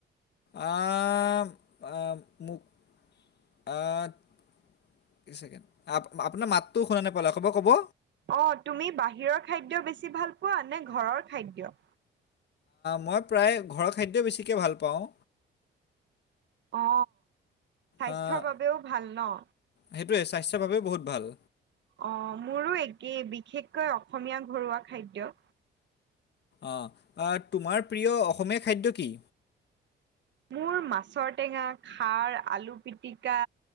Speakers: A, on the left (about 60°); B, on the right (about 65°).
A: আহ-আহ মোক <unintelligible> এক ছেকেণ্ড আ-আপোনাৰ মাতটো শুনা নাপালো আকৌ এবাৰ ক'ব।
B: অ, তুমি বাহিৰৰ খাদ্য বেছি ভাল পোৱা নে ঘৰৰ খাদ্য?
A: মই প্ৰায় ঘৰৰ খাদ্য বেছিকৈ ভাল পাও।
B: অ, স্বাস্থ্যৰ
A: আহ,
B: বাবেও ভাল ন।
A: সেইটোৱে স্বাস্থ্যৰ বাবেও বহুত ভাল।
B: অ, মোৰো একেই বিশেষকৈ অসমীয়া ঘৰুৱা খাদ্য।
A: অ, তোমাৰ প্ৰিয় অসমীয়া খাদ্য কি?
B: মোৰ মাছৰ টেঙা, খাৰ, আলু পিটিকা